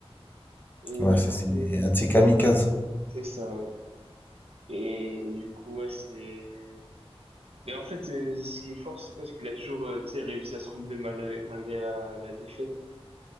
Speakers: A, on the right; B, on the left.
A: Et
B: Ouais,
A: du
B: ça
A: coup,
B: c'est
A: euh,
B: un de ses kamikazes.
A: c'est ça. ouais. Et du coup, ouais, c'est. Mais en fait, euh, ce qui est fort, c'est quoi? C'est qu'il a toujours, euh, tu sais, réussi à se relever mal- malgré la, la défaite.